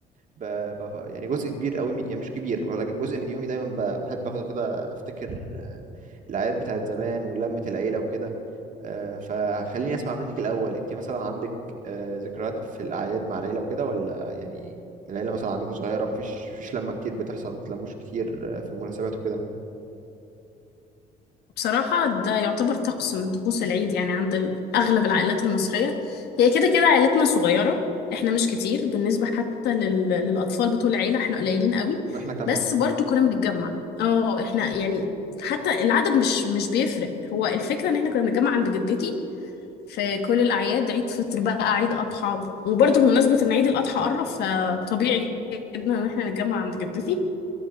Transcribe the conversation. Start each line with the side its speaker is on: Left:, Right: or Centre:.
Right: ب... ب... يعني جزء كبير قوي من... يعني مش كبير ولكن جزء من يومي دايما ب... بحب اخده كده افتكر آه، الاعياد بتاعت زمان ولمه العيله وكده أه فخليني اسمع منك الاول انت مثلا عندك أه ذكريات في الاعياد مع العيله وكده ولا يعني العيله مثلا عندكم صغيره مفيش فيش لمه كتير بتحصل ما بتلموش كتير آه، في مناسبات وكده
Left: بصراحة ده يعتبر طقس من طقوس العيد يعني عند ال- اغلب العائلات المصرية هي كده كده عائلتنا صغيرة احنا مش كتير بالنسبة حتى لل... للاطفال بتوع العيلة احنا قليلين قوي
Right: واحنا كمان
Left: بس برضو كنا بنتجمع اه احنا يعني حتى العدد مش مش بيفرق هو الفكرة ان احنا كنا بنتجمع عند جدتي في كل الاعياد عيد فطر بقى عيد اضحى وبرضو بمناسبة ان عيد الاضحى قرب فطبيعي جدا ان احنا نتجمع عند جدتي